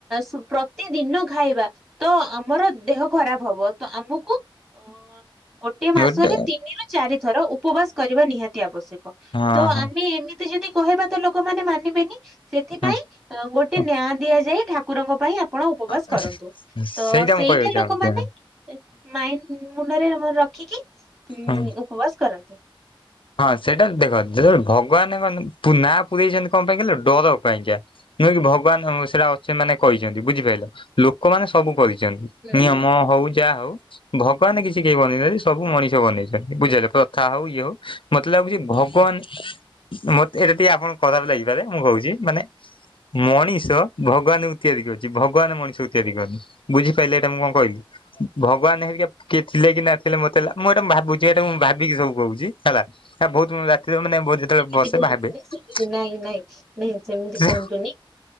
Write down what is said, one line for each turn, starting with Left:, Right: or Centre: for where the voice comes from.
Right: ସୁ ପ୍ର ତେ ଦିନ ଖାଇବା ତ ଆମର ଦେହ ଖରାପ ହବ ତ ଆମକୁ? ହଁ, ଗୋଟ୍ ଗୋଟିଏ ମାସରେ
Left: ଗୋଟେ
Right: ତିନିରୁ ଚାରି ଥର ଉପବାସ କରିବା ନିହାତି ଆବଶ୍ୟକ
Left: ହଁ
Right: ତ ଆମେ ଏମତି ଯଦି କହିବା ତ ଲୋକମାନେ ମାନିବେନି ସେଥିପାଇଁ
Left: ହଁ।
Right: ଗୋଟେ
Left: ହଁ
Right: ନାଁ ଦିଆଯାଏ ଠା କୁରଙ୍କ ପାଇଁ ଆପଣ ଉପବାସ
Left: ହଁ
Right: କରନ୍ତୁ, ତ ସେଇଟା
Left: ମୁଁ କହିବାକୁ ଚାହୁଁଛି
Right: ଲୋକମାନେ
Left: ହଁ
Right: ଏ ମାଇଣ୍ଡ୍ ମୁଣ୍ଡରେ ରଖିକି ଉ
Left: ହଁ।
Right: ଉପବାସ କରନ୍ତି।
Left: ହଁ ସେଟା ଦେଖ ଯେତଳେ ଭଗବାନ ନାଁ ପୁରେଇଛନ୍ତି କଣ ପାଇଁ କହିଲ ଡର ପାଇଁକା। ନୁହେଁ କି ଭଗବାନ ସେଟା ଅଛି ମାନେ କହିଛନ୍ତି ବୁଝିପାରିଲ ଲୋକମାନେ ସବୁ କରିଛନ୍ତି।
Right: ହୁଁ
Left: ନିୟମ ହଉ ଯାହା ହଉ। ଭଗବାନ କିଛି କେହି ବନେଇନାହାନ୍ତି ସବୁ ମଣିଷ ବନେଇଛନ୍ତି ବୁଝିିହେଲା ପ୍ରଥା ହଉ ଇଏ ହଉ। ମତେ ଲାଗୁଛି ଭଗବାନ ମତେ ଏଇଟା ଟିକେ ଆପଣଙ୍କୁ ଖରାପ ଲାଗିପାରେ ମୁଁ ଭାଵୁଛି ମାନେ? ମଣିଷ ଭଗବାନଙ୍କୁ ତିଆରି କରିଛି ଭଗବାନ ମଣିଷକୁ ତିଆରି କରନି। ବୁଝିପାଇଲେ ଏଟା ମୁଁ କଣ କହିଲି? ଭଗବାନ ହେରିକା କିଏ ଥିଲେ କି ନାଥିଲେ ମତେ ଲା ମୁଁ ଏଇଟା ଭାବୁଛି ଏଇଟା ମୁଁ ଭାବିକି ସବୁ କହୁଛି। ହେଲା ବହୁତ ରାତିରେ ମାନେ ବହୁ ଯେତଳେ
Right: ଏମିତି
Left: ବସେ
Right: କୁହନ୍ତୁନି
Left: ଭାବେ।
Right: ସେମିତି
Left: ସେ
Right: ନାଇଁ ନାଇଁ ନାଇଁ ସେମିତି କୁହନ୍ତୁନି।